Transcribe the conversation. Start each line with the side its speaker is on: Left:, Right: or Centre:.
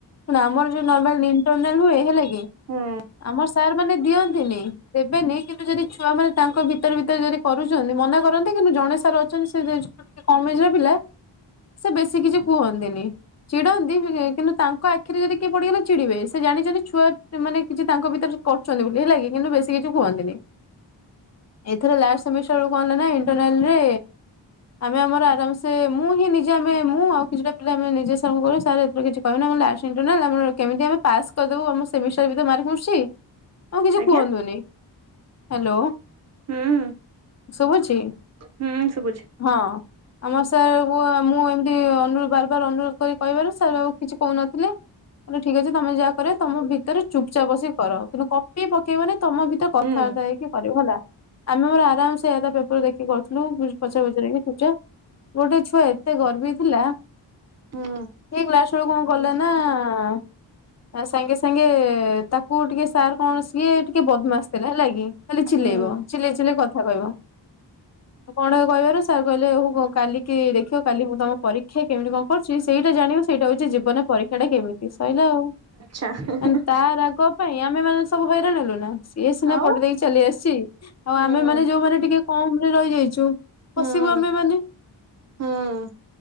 Left: ଆମର ଯୋଉ ନର୍ମାଲ ଇଣ୍ଟରନାଲ ହୁଏ ହେଲା କି
Right: ହୁଁ
Left: ଆମର ସାର୍ ମାନେ ଦିଅନ୍ତିନି। ଦେବେନି କିନ୍ତୁ ଯଦି ଛୁଆ ମାନେ ତାଙ୍କ ଭିତରେ ଭିତରେ ଯଦି କରୁଛନ୍ତି ମନା କରନ୍ତି କିନ୍ତୁ ଜଣେ ସାର୍ ଅଛନ୍ତି ସେ ଯେ ଟିକେ କମିଯିବେ ପିଲା ସେ ବେଶୀ କିଛି କୁହନ୍ତିନି। ଚିଡନ୍ତି କିନ୍ତୁ ତାଙ୍କ ଆଖିରେ ଯଦି କିଏ ପଡିଗଲା ଚିଡିବେ ସେ ଜାଣିଛନ୍ତି ଛୁଆ ମାନେ କିଛି ତାଙ୍କ ଭିତରେ କରୁଛନ୍ତି ବୋଲି ହେଲା କି କିନ୍ତୁ ବେଶୀ କିଛି କୁହନ୍ତିନି। ଏଥିରେ ଲାଷ୍ଟ ସେମିଷ୍ଟର ରୁ କଣ ହେଲା ନା ଇଣ୍ଟରନେଲ ରେ ଆମେ ଆମର ଆରାମସେ ମୁଁ ହିଁ ନି ଯେ ଆମେ ମୁଁ ଆଉ କିଛିଟା ପିଲା ଆମେ ନିଜେ ସାର୍ ଙ୍କୁ କହିଲୁ ସାର୍ ଏଥିରେ କିଛି କହିବନି ଆମର ଲାଷ୍ଟେ ଇଣ୍ଟରନାଲ କେମତି ଆମେ ପାସ୍ କରିବୁ। ଯୋଉ ଆମ ସେମିଷ୍ଟାର ବି ତ ମାରକେ ଆସୁଛି ଆମକୁ କିଛି
Right: ଆଜ୍ଞା
Left: କୁହନ୍ତୁନି ହ୍ୟାଲୋ।
Right: ହୁଁ
Left: ସୁବୁଛି
Right: ହୁଁ ଶୁଭୁଛି।
Left: ହଁ। ଆମର ସାର ମୁଁ ଏମିତି ଅନୁ ବାର ବାର ଅନୁରୋଧ କରି କହିବାରୁ ସାର୍ ଆଉ କିଛି କହୁନଥିଲେ। କହିଲେ ଠିକ୍ ଅଛି ତମେ ଯାହା କରିବ ତମ ଭିତରେ ଚୁପଚାପ ବସି କର କିନ୍ତୁ କପି ପକେଇବନି ତମ ଭିତରେ କଥା
Right: ହୁଁ
Left: ଯାଇକି କରିବ ହେଲା। ଆମେ ଆମର ଆରାମ ସେ ଆ ତା ପେପର ଦେଖିକି କରୁଥିଲୁ ପଚାର ପଚାରିକି ପୁଜା ଗୋଟେ ଛୁଆ ଏତେ ଗର୍ବି ଥିଲା
Right: ହୁଁ
Left: ସେ କ୍ଲାସ ବେଳକୁ କଣ କଲା ନା ହଁ ଆ ସାଙ୍ଗେ ସାଙ୍ଗେ ତାକୁ ଟିକେ ସାର୍ କଣ ସିଏ ଟିକେ ଟିକେ ବଦମାସ ଥିଲା ହେଲା କିି ଖାଲି ଚିଲେଇବ
Right: ହୁଁ
Left: ଚିଲେଇ ଚିଲେଇ କଥା କହିବ। କଣ କହିବାରୁ ସାର୍ କହିଲେ ହଉ କାଲିକି ଦେଖିବ କାଲି ମୁଁ ତମ ପରୀକ୍ଷା କେମିତି କଣ କରିଛି ସେଇଟା ଜାଣିବ ସେଇଟା ହଉଛି ଜୀବନ ପରୀକ୍ଷା ଟା କେମିତି ସଇଲା ଆଉ।
Right: ଆ ହୁଁ ହୁଁ
Left: ମାନେ
Right: ହୁଁ।
Left: ତା ରାଗ ପାଇଁ ଆମେ ମାନେ ସବୁ ହଇରାଣ ହେଲୁ ନା ସିଏ ସିନା
Right: ଆଉ
Left: ପଢ଼ି ଦେଇେଇକି ଚାଲି ଆସିଛି ଆଉ
Right: ହୁଁ
Left: ଆମୋନେ ଯୋଉମାନେ ଟିକେ କମରେ ରହିଯାଇଛୁ
Right: ହୁଁ
Left: ପସିବୁ ଆମେ ମାନେ
Right: ହୁଁ।